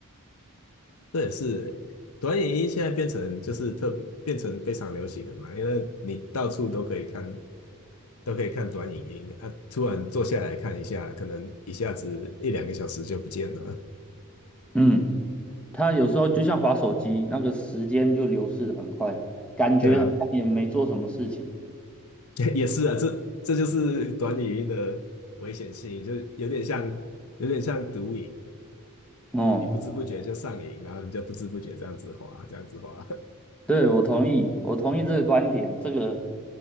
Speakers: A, on the left; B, in the centre.
A: 这也是短影音现在变成就是特别变成非常流行的嘛，因为你到处都可以看，都可以看短影音啊，突然坐下来看一下，可能一下子一两个小时就不见了。
B: 嗯，它有时候就像滑手机，那个时间就流逝的很快，感觉好像也没做什么事情。
A: <laughs> 对啊，<laughs> 也是啊，这这就是短影音的危险性，就有点像有点像毒瘾，
B: 哦。
A: 你不知不觉就上瘾，然后你就不知不觉这样子滑，这样子滑。
B: 对，我同意，我同意这个观点。这个